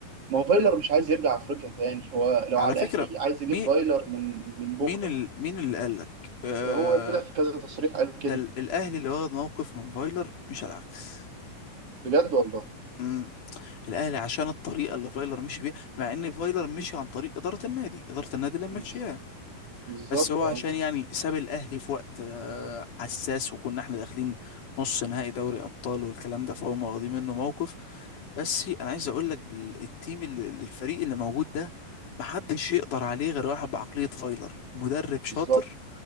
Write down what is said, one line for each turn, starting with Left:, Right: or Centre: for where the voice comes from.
Right: ما هو فايلر مش عايز يرجع افريقيا تاني هو لو
Left: على
Right: على الاهلي
Left: فكرة
Right: عايز يجيب
Left: مين
Right: فايلر من من بكره
Left: مين ال... مين اللي قالك آه...
Right: هو طلع في كذا تصريح قال كده
Left: ده ال- الاهلي اللي واخد موقف من فايلر مش العكس
Right: بجد والله
Left: مم. الاهلي عشان الطريقه اللي فايلر مشي بيها مع ان فايلر مشي عن طريق اداره النادي اداره النادي اللي مشيها
Right: بز- بالظبط
Left: بس هو
Right: اه
Left: عشان يعني ساب الاهلي في وقت آه، حساس وكنا احنا داخلين نص نهائي دوري ابطال والكلام ده فهم واخدين منه موقف بس انا عايز اقول لك بالتيم اللي اللي- الفريق اللي موجود ده محدش يقدر عليه غير واحد بعقليه فايلر مدرب شاطر
Right: بالظبط